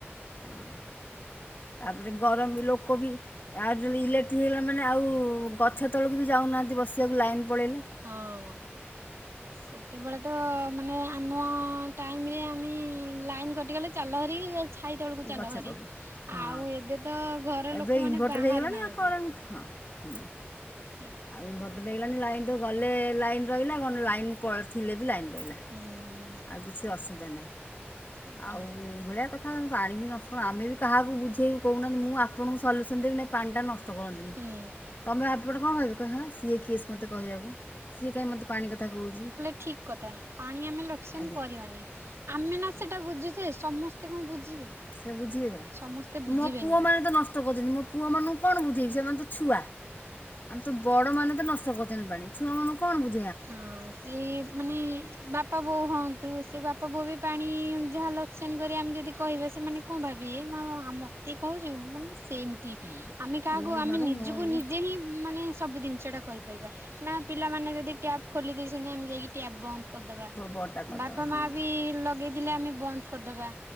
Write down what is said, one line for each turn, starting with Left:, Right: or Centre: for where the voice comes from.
Left: ହଁ। ତାପରେ ଗରମ ବି ଲୋକ ବି ଆଉ ଯଦି ଇଲେକ୍ଟ୍ରିକ ହେଇଗଲା ମାନେ ଆଉ ଗଛ ତଳକୁ ବି ଯାଉନାହାଁନ୍ତି ବସିବାକୁ ଲାଇନ୍ ପଳେଇଲେ
Right: ହଁ। ସେତେବେଳେ ତ ମାନେ ଆମ ଟାଇମରେ ଆମେ ଲାଇନ୍ କଟିଗଲେ ଚାଲ ହେରି ଛାଇ ତଳକୁ ଚାଲ
Left: ଗଛ
Right: ହରି
Left: ପାଖକୁ ହଁ
Right: ଆଉ ଏବେ ତ ଘର
Left: ଏବେ
Right: ଲୋକମାନେ
Left: ଇନଭର୍ଟର୍
Right: ବାହାରୁ
Left: ହେଇଗଲାଣି
Right: ନାହାନ୍ତି
Left: ଆଉ କରେଣ୍ଟ ହଁ।
Right: ହୁଁ
Left: ଆଉ ଇନଭର୍ଟଣ୍ଟ ହେଇଗଲାଣି ଲାଇନ୍ ତ ଗଲେ ଲାଇନ୍ ରହିଲା ଲାଇନ୍ ଥିଲେ ବି ଲାଇନ୍ ରହିଲା
Right: ହୁଁ ହୁଁ।
Left: ଆଉ କିଛି ଅସୁବିଧା ନାହିଁ
Right: ଆଜ୍ଞା
Left: ଆଉ ଏଇଭଳିଆ କଥା କାରଣ ପାଣି ବି ନ ଶୁ ଆମେ ବି କାହାକୁ ବୁଝେଇକୁ କହୁନାହାଁନ୍ତି ଆପଣଙ୍କୁ ସଲୁୟସନ ଦେବି ନାହି ପାଣିଟା ନ ନଷ୍ଟ କରନ୍ତୁନି
Right: ହୁଁ।
Left: ତମେ ଏପଟ କଣ କହିବ ହେଁ ସିଏ କିଏ ସେ ମୋତେ କହିବାକୁ ସିଏ କାହିଁ ମୋତେ ପାଣି କଥା କହୁଛି
Right: ଠିକ୍ କଥା ପାଣି ଆମେ ଲୋକସନ୍
Left: ଆଜ୍ଞା
Right: କରିବାନି ଆମେ ନା
Left: ହେଲା
Right: ସେଇଟା ବୁଝୁଛେ ସମସ୍ତେ କଣ ବୁଝିବେ
Left: ସେ ବୁଝିବେ କେରେକା
Right: ସମସ୍ତେ ବୁଝିବେନି।
Left: ମୋ ପୁଅ ମାନେ ତ ନଷ୍ଟ କରୁଛନ୍ତି ମୋ ପୁଅ ମାନଙ୍କୁ କଣ ବୁଝେଇବି ସେମାନେ ତ ଛୁଆ ଆମେ ତ ବଡ଼ ମାନେ ତ ନଷ୍ଟ କରୁଛନ୍ତି ପାଣି ଛୁଆମାନଙ୍କୁ କଣ ବୁଝ
Right: ହଁ ସେ ମାନେ ବାପା ବୋଉ ହୁଅନ୍ତୁ ସେ ବାପା ବୋଉ ବି ପାଣି ଯାହା ସେମିତି କରିବେ ଆମେ ଯଦି କହିବା ସେମାନେେ କଣ ଭାବିବେ ମତେ କହୁଛୁ ମାନେ ସେମତି ତି
Left: ହଁ
Right: ଆମେ କାହାକୁ
Left: ମୋ
Right: ଆମେ
Left: ଘର
Right: ନିଜକୁ
Left: ମୋ ଇଏ
Right: ନିଜେ ହିଁ ଉଁ ମାନେ ସବୁ ଜିନିଷ ଟା କରିପାରିବା ନା ପିଲାମାନେ ଯଦି ଟ୍ୟାବ ଖୋଲି ଦେଇଛନ୍ତି ଆମେ ଯାଇକି ଟ୍ୟାବ ବନ୍ଦ କରିଦବା
Left: ବଡଟା କରିଦେବା
Right: ବାପା
Left: ହଁ
Right: ମା ବି ଲଗେଇଥିଲେ ଆମେ ବନ୍ଦ କରିଦବା।